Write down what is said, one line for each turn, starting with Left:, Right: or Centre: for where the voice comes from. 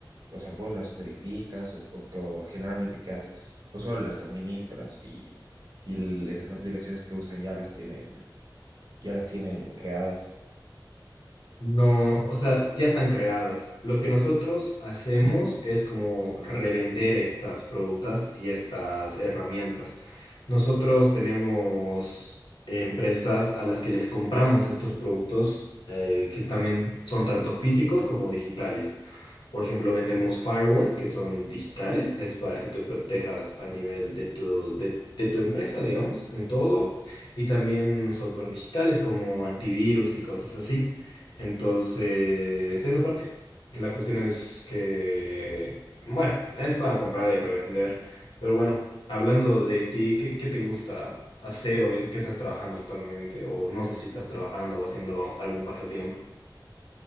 Right: o sea, vos las codificas o, o- o generalmente qué haces? ¿O solo las administras y, y l- esas aplicaciones que usan ya las tienen, ya las tienen creadas?
Left: No, o sea, ya están creadas. Lo que nosotros hacemos es como revender estas productas y estas herramientas. Nosotros tenemos empresas a las que les compramos estos productos eh, que también son tanto físicos como digitales. Por ejemplo, vendemos firewalls que son digitales, es para que te protejas a nivel de tu, de, de tu empresa, digamos, en todo, y también software digitales como antivirus y cosas así. Entonces, esa parte. La cuestión es que, bueno, es para comprar y revender. Pero bueno, hablando de ti, ¿qué, qué te gusta hacer o en qué estás trabajando actualmente? O no sé si estás trabajando o haciendo algún pasatiempo.